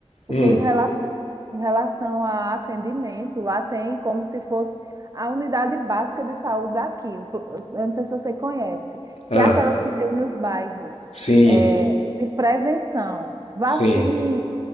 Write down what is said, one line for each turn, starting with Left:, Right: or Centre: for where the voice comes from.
Right: Porque
Left: Hum,
Right: em relação Em relação a atendimento, lá tem como se fosse a unidade básica de saúde daqui, o pl- eu não sei se você conhece,
Left: ah,
Right: que é aquelas que tem nos bairros,
Left: sim,
Right: é, de prevenção, vacina,
Left: sim.